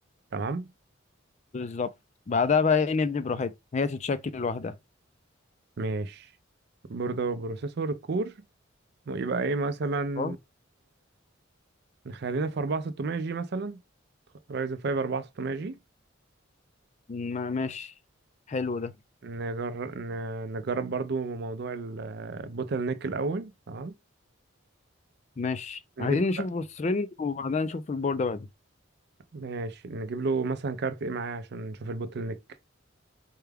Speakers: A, on the right; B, on the left.
A: تمام؟
B: بالظبط بعدها بقى ايه نبني براحتنا هي تتشكل لوحدها
A: ماشي بوردة وبروسيسور الكور يبقى ايه مثلا
B: اه
A: نخلينا في 4600 جي مثلا رايزن 5 4600 جي
B: ما- ماشي حلو ده
A: نجرب نجرب برضو موضوع البوتل نيك الأول تمام؟
B: ماشي
A: نجيب
B: عايزين نشوف
A: له
B: بورسرينج وبعدها نشوف البوردة بعدين
A: ماشي نجيب له مثلا كارت ايه معاه عشان نشوف البوتل نيك